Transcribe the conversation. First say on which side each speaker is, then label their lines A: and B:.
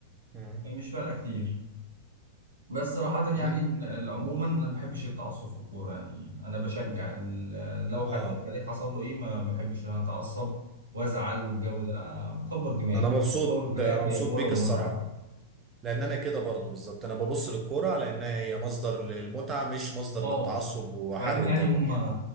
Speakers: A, on the right; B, on the right.
A: مم.
B: فمش فارقه كتير بس صراحة يعني
A: هن-
B: إن- عموما انا ما بحبش التعصب في الكورة يعني انا بشجع ال- لو حتى
A: اه
B: الفريق حصل له ايه ما بحبش ان انا اتعصب وازعل والجو ده أنا مكبر دماغي
A: انا
B: في
A: مبسوط
B: الاول وفي الاخر
A: انا مبسوط
B: هي كورة
A: بيك
B: ومتعة
A: الصراحه لان انا كده برضو بالظبط انا ببص للكوره على انها هي مصدر للمتعه مش مصدر
B: اه
A: للتعصب وحرق
B: وبعدين يعني
A: الدم
B: هم
A: يعني